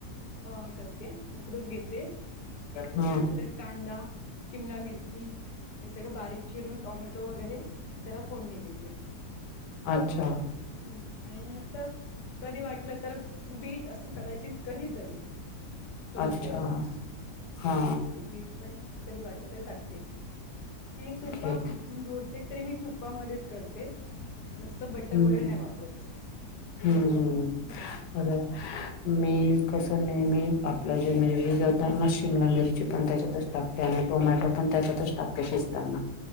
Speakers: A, on the left; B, on the left.
A: अ करते उकडून घेते त्यानंतर
B: ह
A: कांदा शिमला मिर्ची हे सगळं बारीक चिरून टॉमॅटो वगैरे त्याला फोडणी देते
B: अच्छा
A: हम् आणि असं कधी वाटलं तर बीट असं कदाचित कधी तरी कलरसाठी,
B: अच्छा हा
A: कलरसाठी बीट पण कधी वाटत तर टाकते मी तुपा
B: ओके
A: बहु तेक तरी मी तुपामध्येच करते जास्त बटर
B: हम्म
A: वगैरे नाही वापरत
B: हम्म
A: ह
B: मी कस नेहमी आपलं जेजे जना शिमला मिरची पण त्याच्यातच टाकते आणि टोमॅटो पण त्याच्यातच टाकते शिजताना